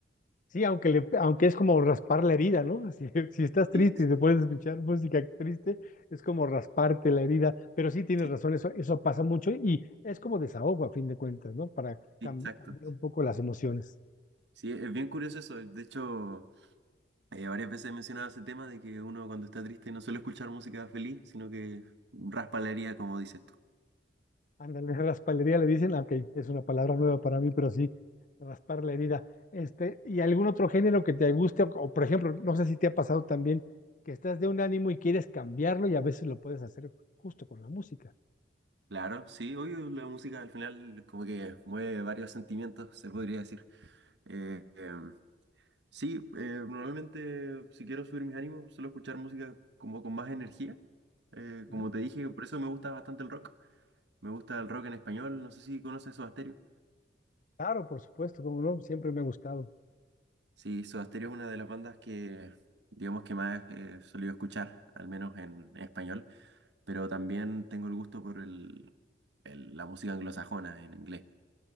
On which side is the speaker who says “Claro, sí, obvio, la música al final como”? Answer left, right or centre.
Right